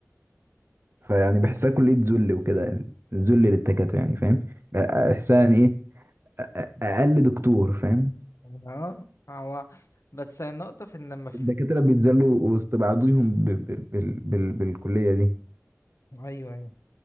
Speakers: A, on the right; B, on the left.
A: فيعني بحسها كليه ذل وكده الذل للدكاتره يعني فاهم بحسها يعني ايه أ- اقل دكتور فاهم
B: اه هو بس النقطة في ان ما في
A: الدكاترة بيتذلوا وسط بعضيهم ب... ب... بال... بال... بالكلية دي
B: ايوه ايوه